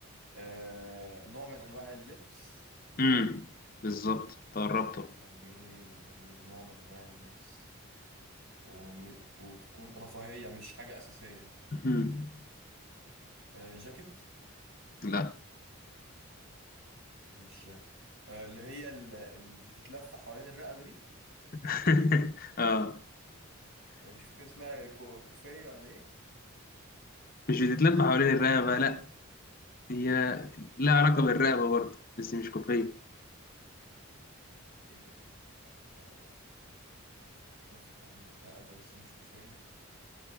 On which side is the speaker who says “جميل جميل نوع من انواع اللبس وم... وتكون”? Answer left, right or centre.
Right